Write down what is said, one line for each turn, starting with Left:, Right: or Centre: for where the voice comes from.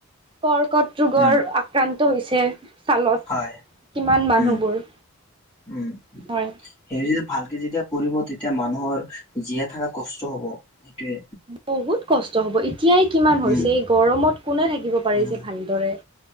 Right: কৰ্কট ৰোগৰ
Left: উম
Right: আক্ৰান্ত হৈছে। চালত,
Left: হয়
Right: কিমান মানুহবোৰ
Left: উম উম
Right: হয়।
Left: হেৰি ভালকে যেতিয়া পঢ়িব তেতিয়া মানুহৰ জীয়াই থকাত কষ্ট হব। সেইটোয়ে
Right: বহুত কষ্ট হব এ এতিয়াই কিমান হৈছে
Left: উম
Right: এই গৰমত কোনে থাকিব পাৰিছে
Left: উম
Right: ভালদৰে।